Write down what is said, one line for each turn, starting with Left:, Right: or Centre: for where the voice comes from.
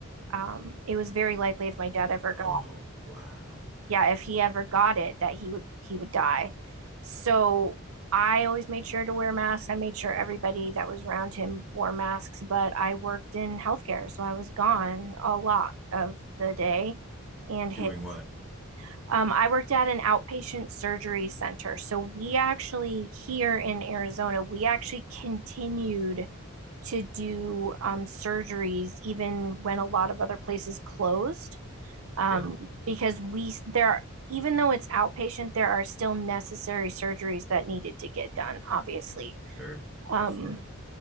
Right: um, it was very likely if my dad ever
Centre: oh,
Right: got
Centre: wow.
Right: yeah, if he ever got it, that he would he would die. So I always made sure to wear masks. I made sure everybody that was around him wore masks, but I worked in healthcare, so I was gone a lot of the day. And his,
Centre: Doing what?
Right: um, I worked at an outpatient surgery center. So we actually, here in Arizona, we actually continued to do um, surgeries even when a lot of other places closed um,
Centre: Yep,
Right: because we there are, even though it's outpatient, there are still necessary surgeries that needed to get done. Obviously,
Centre: sure.
Right: um,
Centre: Absolutely.